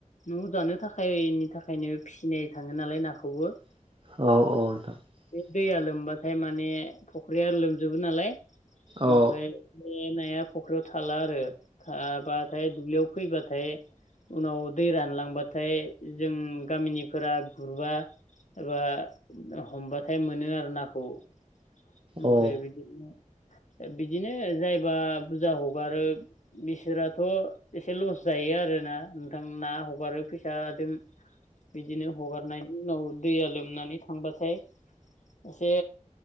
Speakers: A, on the left; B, on the right.
A: न' दानो थाखायनि थाखायनो फिसिनाय थाङो नालाय नाखौबो ।
B: औ औ‌ नोंथां ।
A: बे दैया लोमबाथाय माने फख्रिया लोमजोबो नालाय ।
B: औ
A: ओमफाय बे नाया फख्रियाव थाला आरो थाबाथाय दुब्लियाव फैबाथाय उनाव दै रानलांबाथाय जों गामिनिफोरा गुरबा एबा हमबाथाय मोनो आरो नाखौ । ओमफाय
B: औ
A: बिदिनो‌ ओ बिदिनो जायबा बुरजा हगारो बिसोराथ' एसे लस जायो आरोना नोंथां ना हगारो फैसाजों । बिदिनो हगारनायनि उनाव दैया लोमनानै थांबाथाय एसे